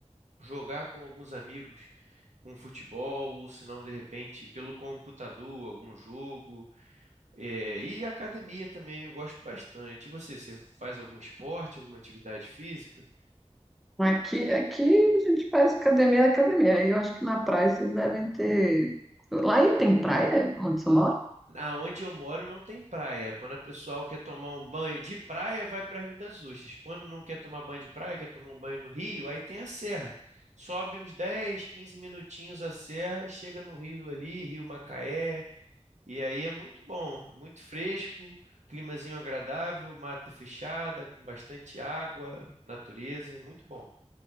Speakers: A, on the right; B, in the centre.
A: jogar com alguns amigos um futebol, ou se não, de repente, pelo computador, algum jogo. É, e academia também eu gosto bastante. E você, você faz algum esporte, alguma atividade física?
B: Aqui, aqui a gente faz academia na academia. Aí eu acho que na praia vocês devem ter. Lá aí tem praia onde você mora?
A: Aonde eu moro não tem praia. Quando a pessoa quer tomar um banho de praia, vai para Rio das Ostras. Quando não quer tomar banho de praia, quer tomar um banho no rio, aí tem a serra. Sobe uns 10, 15 minutinhos a serra e chega no rio ali, Rio Macaé. E aí é muito bom, é muito fresco, climazinho agradável, mata fechada, com bastante água, natureza, é muito bom.